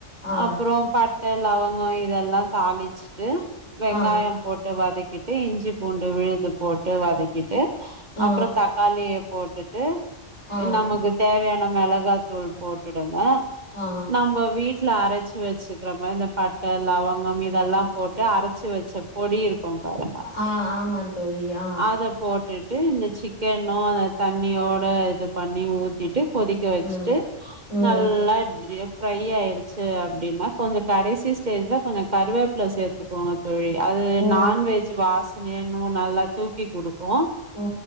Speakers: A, on the left (about 80°); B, on the right (about 40°).
A: ஆ
B: அப்றோ பட்ட லவங்க ஆ இதெல்லா தாழி ட்டு வெங்காயோ
A: ஆ
B: போட்டு வதக்கிட்டு இஞ்சி பூண்டு விழுது போட்டு வதக்கிட்டு
A: ஆ
B: அப்றோ தக்காளிய போட்டுட்டு
A: ஆ
B: நமக்கு தேவயான மெளகு மெளகா தூள் போட்டுடுங்க
A: ஆ
B: நம்ப வீட்ல அரச்சு வச்சுக்கிற மாரி இந்த பட்ட லவங்கம் இதெல்லா போட்டு அரைச்சி வச்ச பொடி இருக்கோ பாருங்க
A: ஆ ஆமா தோழி ஆ
B: அத போ போட்டுட்டு இந்த சிக்கனு அந்த தண்ணியோட இது பண்ணி ஊத்திட்டு கொதிக்க வச்சிட்டு
A: ம் ம்
B: நல்லா டிரிஃப் ஃப்ரை ஆயிடுச்சு அப்பிடின்னா கொஞ்சோ கடசி ஸ்டேஜ்ல கொஞ்சோ கருவேப் பில சேத் க்கோங் தோழி அது
A: ஓ
B: நான்வெஜ் வாசனை இன்னு நல்லா தூக்கிகுடுக்கு
A: ஓ